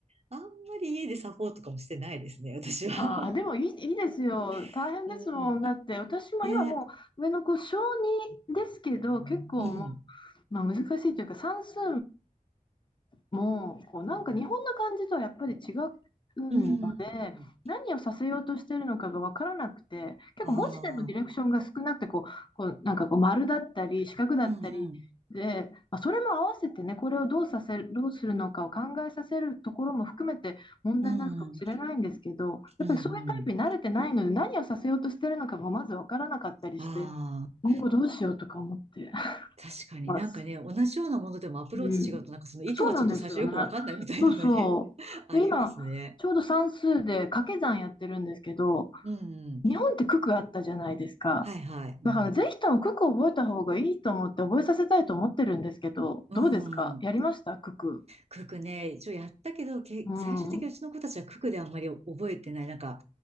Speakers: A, on the right; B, on the left.
A: あんまり家でサポートとかもしてないですね、私は。
B: ああでもいい、いいですよ。大変ですもん。
A: <laughs> うん。
B: だって、私も今もう上の子、
A: ね。
B: 小児ですけど、結構
A: うん。
B: まあ、難しいというか算数もこうなんか日本の漢字とはやっぱり違うので何をさせようとしているのかが分からなくて結構文字でのディレクションが少なくてこうこうなんかこう丸だったり四角だったりで、
A: うん。ああ。うんうん。
B: まあ、それも合わせてねこれをどうさせる、どうするのかを考えさせるところも含めて問題なのかもしれないんですけどやっぱりそういうタイプに慣れてないので何をさせようとしてるのかがまず分からなかったりして
A: うん。うんうん。ああ。
B: 今後どうしようとか思って
A: 確かになんかね、
B: ます。
A: 同じようなものでもアプローチ違うと、
B: うん、
A: なんかその意図がちょっと最初よくわかんないみたいのがね、
B: そうなんですよね。そうそう。
A: <laughs> ありますね。
B: で、今、ちょうど算数で掛け算やってるんですけど、
A: うん。
B: 日本って九九あったじゃないですか。
A: はいはい。うん。
B: だから、ぜひとも九九覚えた方がいいと思って覚えさせたいと思ってるんですけど、
A: うん。
B: どうですかやりました九九。
A: 九クね、一応やったけど、け、
B: うん。
A: 最終的にうちの子たちはククであんまり覚えてない、
B: あ
A: なんか